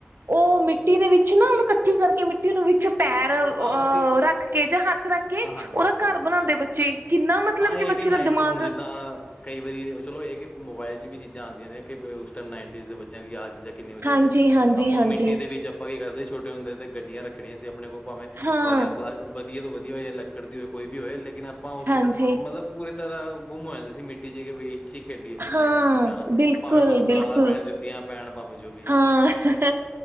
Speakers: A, on the right; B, on the left.
A: ਓ ਮਿੱਟੀ ਦੇ ਵਿੱਚ ਨਾ, ਓਨੂੰ ਕੱਠੀ ਕਰਕੇ ਮਿੱਟੀ ਨੂੰ ਵਿੱਚ ਪੈਰ ਅਹ
B: ਹਾਂ ਅਸੀਂ
A: ਰੱਖ ਕੇ ਜਾਂ ਹੱਥ ਰੱਖ ਕੇ,
B: ਹਾਂਜੀ
A: ਓਦਾ
B: ਹਾਂਜੀ
A: ਘਰ ਬਣਾਂਦੇ ਬੱਚੇ। ਕਿੰਨਾ ਮਤਲਬ
B: ਹਾਂ, ਏ
A: ਕਿ ਬੱਚੇ
B: ਕੀ ਨਾਈਨ
A: ਦਾ ਦਿਮਾਗ
B: 'ਚ ਹੁਣ ਜਿੱਦਾਂ ਕਈ ਵਾਰੀ ਓ ਚਲੋ ਏ ਕਿ ਮੋਬਾਇਲ ਚ ਵੀ ਚੀਜ਼ਾਂ ਆਂਦੀਆਂ ਨੇ ਕਿ, ਉਸ ਟਾਈਮ ਨਾਈਨਟੀਜ਼ ਦੇ ਬੱਚੇਆਂ ਲਈ ਆਹ, ਚੀਜ਼ਾਂ ਕਿੰਨੀ ਵਧੀਆ
A: ਹਾਂਜੀ
B: ਹੁੰਦੀ ਸੀ,
A: ਹਾਂਜੀ
B: ਆਪਾਂ
A: ਹਾਂਜੀ
B: ਮਿੱਟੀ ਦੇ ਵਿੱਚ ਆਪਾਂ ਕੀ ਕਰਦੇ ਛੋਟੇ ਹੁੰਦੇ ਤੇ ਗੱਡੀਆਂ ਰੱਖਣੀਆਂ ਸੀ ਆਪਣੇ ਕੋਲ ਭਾਵੇਂ ਅਹ
A: ਹਾਂ
B: ਪ ਵੱਧੀਆ ਤੋਂ ਵੱਧੀਆ ਹੋਏ, ਲੱਕੜ ਦੀ ਹੋਏ ਕੋਈ ਵੀ ਹੋਏ ਲੇਕਿਨ, ਆਪਾਂ ਉਸ
A: ਹਾਂਜੀ
B: ਮਤਲਬ, ਪੂਰੀ ਤਰ੍ਹਾਂ ਗੁੰਮ ਹੋ ਜਾਂਦੇ ਸੀ ਮਿੱ ਟੀ, ਚ ਇਸੀ 'ਚ ਖੇਡੀ
A: ਹਾਂ
B: ਜਾਣਾ,
A: ਬਿਲਕੁਲ
B: ਭਾਵੇਂ ਸਾਨੂੰ ਗਾਲਾਂ
A: ਬਿਲਕੁਲ
B: ਪੈਣ ਜੁੱਤੀਆਂ ਪੈਣ ਭਾਵੇਂ ਜੋ, ਵੀ ਚੀਜ਼ਾਂ
A: ਹਾਂ, ਹਾਂ
B: ਆ ਸਾਰੀ